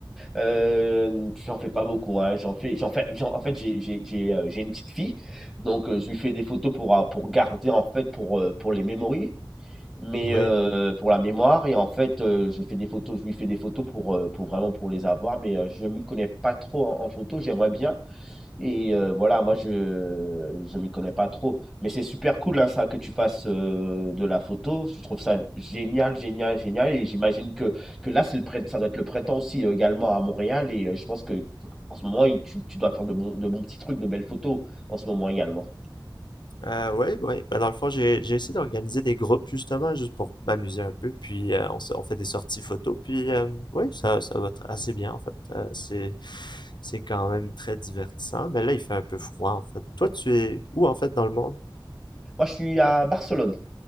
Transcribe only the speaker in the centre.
Heu, j'en fais pas beaucoup, hein, j'en fais j'en fais j'en en fait, j'ai j'ai j'ai, heu, j'ai une petite fille, donc heu, je lui fais des photos pour a pour garder, en fait, pour, heu, pour les memories, mais
heu, pour la mémoire et en fait, heu, je fais des photos je lui fais des photos pour, heu, pour vraiment pour les avoir, mais heu, je m'y connais pas trop en en photo. J'aimerais bien, et euh, voilà, moi je je m'y connais pas trop, mais c'est super cool hein, ça que tu fasses euh, de la photo. Je trouve ça génial, génial, génial. Et j'imagine que que là c'est le print- ça doit être le printemps aussi euh, également à Montréal. Et euh, je pense que en ce moment il- tu, tu dois faire de bons de bons petits trucs, de belles photos en ce moment également.
Moi je suis à Barcelone.